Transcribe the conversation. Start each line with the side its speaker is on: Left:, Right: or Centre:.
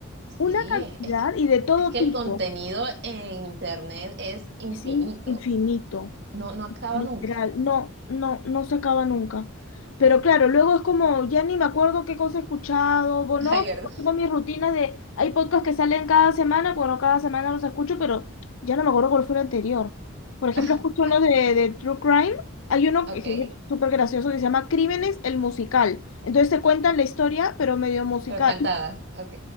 Right: Sí,
Left: una cantidad
Right: es, es que,
Left: y de todo
Right: es que
Left: tipo.
Right: el contenido en internet es infinito,
Left: Es in- infinito,
Right: no, no acaba
Left: literal.
Right: nunca.
Left: No, no, no se acaba nunca. Pero claro, luego es como, ya ni me acuerdo qué cosa he escuchado, o no,
Right: Ay, ¿verdad?
Left: como tengo mis rutinas de, hay podcasts que salen cada semana, bueno, cada semana los escucho, pero ya no me acuerdo cuál fue el anterior. Por ejemplo,
Right: <laughs>
Left: escucho uno
Right: Ah,
Left: de, de True Crime, hay uno
Right: ok,
Left: que que es súper gracioso que se llama Crímenes, el musical. Entonces te cuentan la historia, pero medio musical
Right: pero cantada, ok.